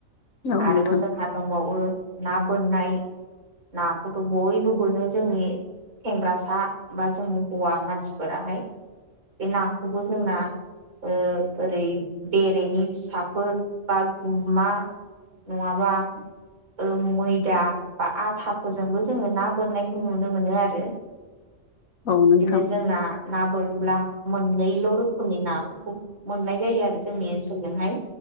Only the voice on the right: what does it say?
आरोबाव
जोंहा दंबावो ना बोननाय नाखौथ' बयबो बोनो जोंनि सेंग्रासा बा जोंनि हौवा मानसिफोराहाय बे नाखौबो जोंना ओ ओरै बेरेनि फिसाफोर बा गुमा नङाबा ओ मैदा बा आथाफोरजोंबो जोङो ना बोननायखौ नुनो मोनो आरो बिदिनो
जोंना ना बोनब्ला मोननैल' रोखोमनि नाफोरखौ मोननाय जायो आरो जोंनि ओनसोलजोंहाय